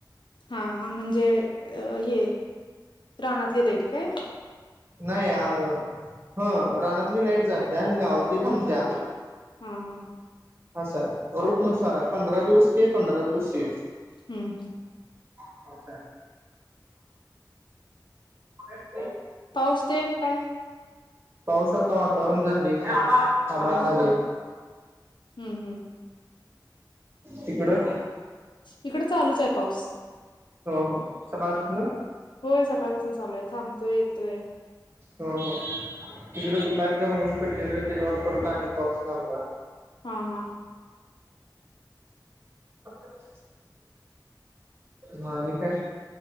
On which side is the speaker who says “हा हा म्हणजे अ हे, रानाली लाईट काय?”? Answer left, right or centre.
Left